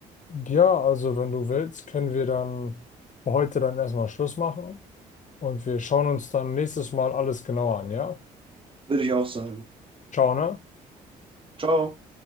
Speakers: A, on the left; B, on the right.
A: Ja, also wenn du willst, können wir dann für heute dann erstmal Schluss machen und wir schauen uns dann nächstes Mal alles genauer an, ja?
B: Würde ich auch sagen.
A: Ciao, ne?
B: Ciao.